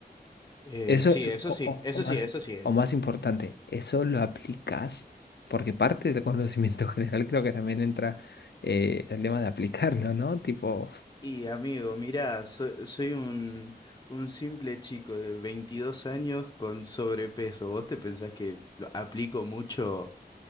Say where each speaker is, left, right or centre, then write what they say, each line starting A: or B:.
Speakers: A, on the left; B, on the left.
A: Eh,
B: Eso,
A: sí,
B: eh,
A: eso
B: o,
A: sí,
B: o-
A: eso
B: o más,
A: sí, eso sí.
B: o más importante, eso lo aplicas, porque parte del conocimiento <laughs> general creo que también entra eh, el tema de aplicarlo, ¿no? Tipo,
A: Y amigo, mirá, so- soy un, un simple chico de 22 años con sobrepeso. ¿Vos te pensás que lo- aplico mucho